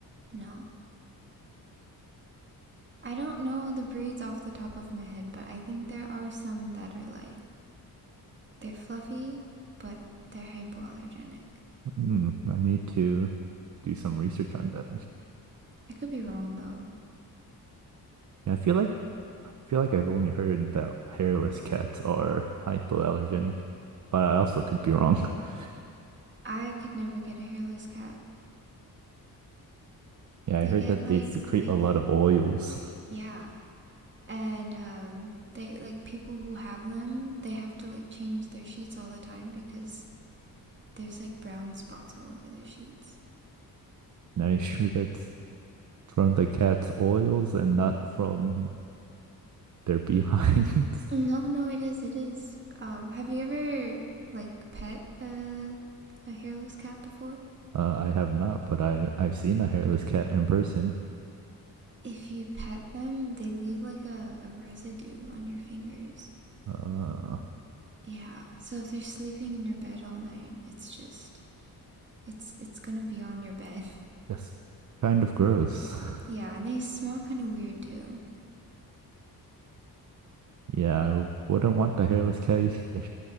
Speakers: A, on the right; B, on the right.
A: no. I don't know the breeds off the top of my head, but I think there are some that are like They're fluffy, but they're hypoallergenic.
B: Mm, I need to do some research on that.
A: I could be wrong though.
B: Yeah, I feel like I feel like I've only heard that hairless cats are hypoallergenic, but I also could be wrong. <laughs>
A: I could never get a hairless cat.
B: Yeah,
A: They
B: I heard
A: get
B: that
A: like
B: they secrete
A: oily.
B: a lot of oils. <laughs>
A: Yeah. And um they like people who have them, they have to like change their sheets all the time because there's like brown spots all over their sheets.
B: Now, you sure that's from the cat's oils and not from their behinds?
A: No,
B: <laughs>
A: no, it is. It is. Um have you ever like pet a a hairless cat before?
B: Uh, I have not, but I, I've seen a hairless cat in person.
A: If you pet them, they leave like a, a residue on your fingers.
B: Uh,
A: Yeah. So if they're sleeping in your bed all night, it's just it's it's gonna be on your bed. <laughs>
B: that's kind of gross. <laughs>
A: Yeah, and they smell kind of weird too.
B: Yeah, I wouldn't want the hairless cat either.